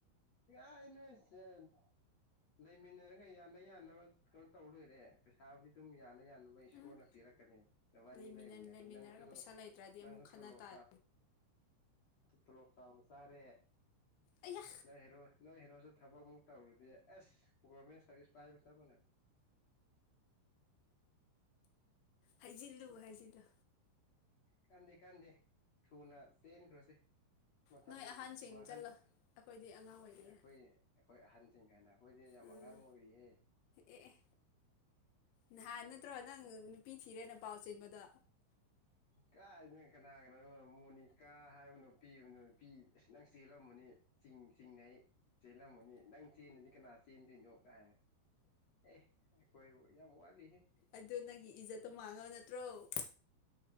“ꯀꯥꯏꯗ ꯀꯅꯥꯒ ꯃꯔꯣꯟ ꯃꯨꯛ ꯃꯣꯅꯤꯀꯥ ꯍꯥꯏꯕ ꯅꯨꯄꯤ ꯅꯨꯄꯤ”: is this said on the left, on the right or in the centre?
Left